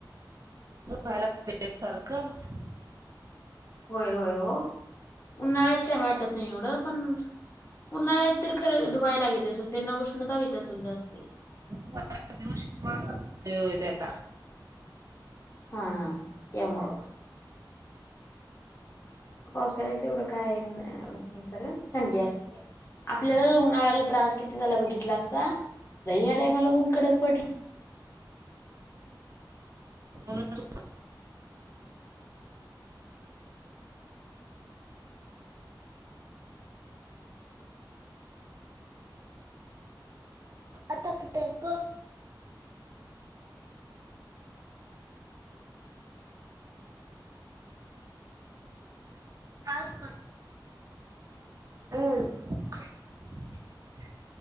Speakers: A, on the right (about 45°); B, on the left (about 35°).
A: मयला प सारखं <unintelligible>
B: होय होय हो उन्हाळ्यात वाटत नाही एवढं पण उन्हाळ्यात तर खरं धुवायलागेते असेल त्यांना उष्णता होेत असेल जास्त
A: व हो त्याला
B: हा त्यामुळे पावसाळ्याचं एवढं काय नाही करण थंडी असते. आपल्याला उन्हाळ्याला त्रास किती झाला बघितला असता ल या टायमाला ऊन कडक पडल.
A: हो आता टेम्प कार अं